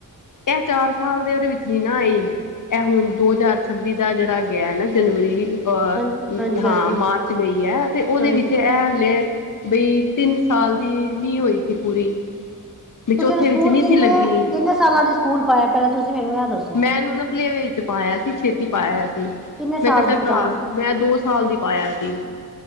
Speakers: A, on the left; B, in the centre.
A: ਇਹ ਚਾਰ ਸਾਲ ਦੇ ਉਹਦੇ ਵਿੱਚ ਨ ਨਾ ਆਈ ਇਹ ਹੁਣ ਦੋ ਹਜ਼ਾਰ ਛੱਬੀ ਦਾ ਜਿਹੜਾ ਗਿਆ ਹੈ ਨਾ ਜਨਵਰੀ- ਅਹ
B: ਹਾਂ ਹਾਂਜੀ
A: ਹਾਂ
B: ਹਾਂਜੀ
A: ਮਾਰਚ ਗਈ ਐ‌ ਤੇ ਉਹਦੇ
B: ਹਾਂਜੀ
A: ਵਿੱਚ ਇਹ ਹੱਲੇ- ਬਈ ਤਿੰਨ ਸਾਲ ਦੀ ਨਹੀ ਹੋਈ ਸੀ ਪੂਰੀ- ਵੀ ਚੌਥੇ
B: ਤੁਸੀਂ ਇਹਨੂੰ ਸਕੂਲ
A: ਵਿੱਚ ਨਹੀਂ
B: ਕਿੰਨੇ
A: ਸੀ ਲੱਗੀ
B: ਕਿੰਨੇ ਸਾਲਾਂ ਦੇ ਸਕੂਲ ਪਾਇਆ ਪਹਿਲਾਂ ਤੁਸੀਂ ਮੈਨੂੰ ਇਹ ਦੱਸੋ
A: ਮੈਂ ਇਹਨੂੰ ਨਾ ਪਲੇ੍ਹਵੇ ਵਿੱਚ ਪਾਇਆ ਸੀ। ਛੇਤੀ ਪਾਇਆ ਸੀ
B: ਕਿੰਨੇ ਸਾਲ
A: ਮੈਂ ਕਤਰਕਾਰ
B: ਦੀ ਸੀ ਤਾਂ
A: ਮੈਂ ਦੋ ਸਾਲ ਦੀ ਪਾਇਆ ਸੀ-